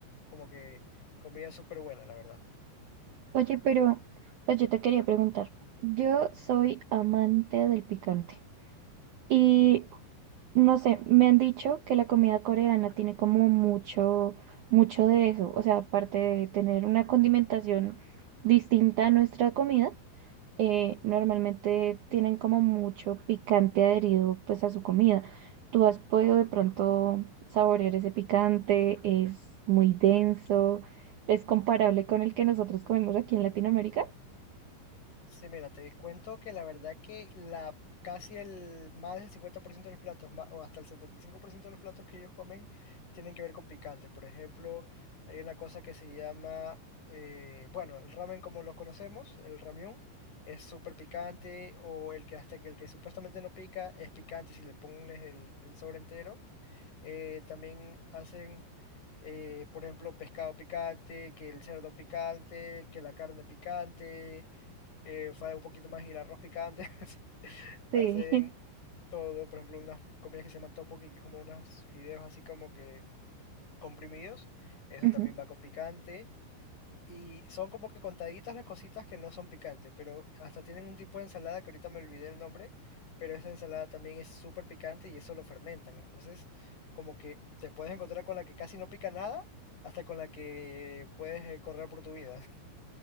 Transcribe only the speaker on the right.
Oye, pero pues yo te quería preguntar, yo soy amante del picante. Y No sé, me han dicho que la comida coreana tiene como mucho, mucho de eso. O sea, aparte de tener una condimentación distinta a nuestra comida, eh, normalmente tienen como mucho picante adherido pues a su comida. ¿Tú has podido de pronto saborear ese picante? ¿Es muy denso? ¿Es comparable con el que nosotros comemos aquí en Latinoamérica?
Sí.
<laughs>